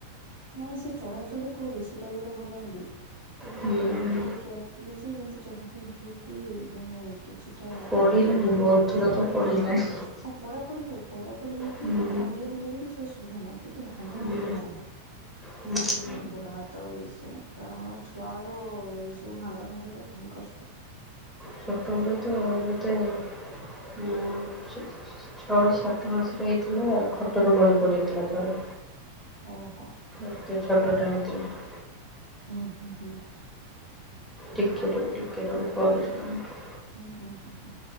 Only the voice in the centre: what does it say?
ହୁଁ
ପଢିଲାଣି
ବହୁତ ଥର
ତ
ପଢିଲାଣି।
ହୁଁ
ହୁଁ
ହୁଁ
ଛୋଟବେଳେ ତ ବୋଧେ ଆଁ ଛଅ ସାତ ମାସରେ ହେଇଥିଲା ଖଟରୁ ଗଳି ପଡିଥିଲା ଥରେ
ଏତେ ଛୋଟଟା ହେଇଥିଲା।
ଟିକେ ର ଟିକେ ର ମୁଁ କରୁଛି ତମକୁ